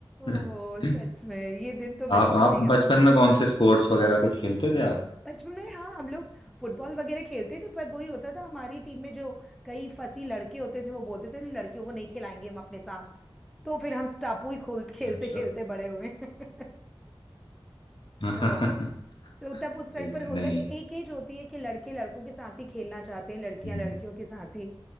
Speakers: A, on the left; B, in the centre.
A: <laughs>
B: ओहो सच में ये दिन तो बचपन
A: आप आप
B: में ही
A: बचपन
B: आते हैं
A: में कौन से स्पोर्ट्स वगैरह कुछ खेलते थे आप
B: बचपन में हाँ हम लोग फुटबॉल वगैरह खेलते थे पर वही होता था हमारी टीम में जो कई फसी लड़के होते थे वो बोलते थे लड़कियों को नहीं खिलाएंगे हम अपने साथ तो फिर हम स्टापू ही खोल खेलते
A: अच्छा
B: खेलते बड़े हुए <laughs>
A: <laughs>
B: सो
A: सही
B: तो तब उस टाइम पर
A: है
B: होता
A: नहीं
B: नहीं एक एज होती है कि लड़के लड़कों के साथ ही खेलना चाहते हैं लड़कियां
A: हम्म,
B: लड़कियों के साथ ही